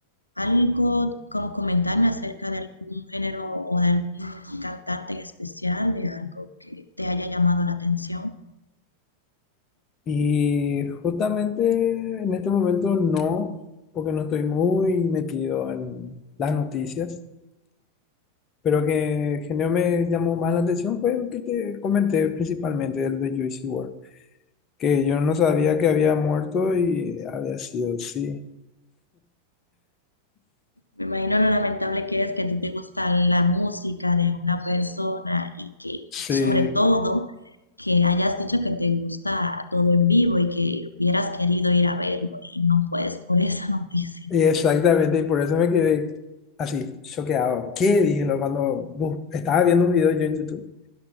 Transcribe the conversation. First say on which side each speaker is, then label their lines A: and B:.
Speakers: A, on the left; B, on the left.
A: ¿algo como comentarme acerca de algún género o de algún cantante en especial, de algo que te haya llamado la atención?
B: Y justamente en este momento no, porque no estoy muy metido en las noticias, pero que genio me llamó más la atención fue lo que te comenté principalmente, el de Juicy WRLD, que yo no sabía que había muerto y había sido, sí,
A: Me imagino lo lamentable que es que a ti te gusta la música de una persona y que,
B: sí,
A: sobre todo, que hayas dicho que te gusta todo en vivo y que hubieras querido ir a verlo y no puedes por esa <laughs> noticia.
B: y exactamente, y por eso me quedé así, choqueado. ¿Qué? Dije lo cuando bus- estaba viendo un video yo en YouTube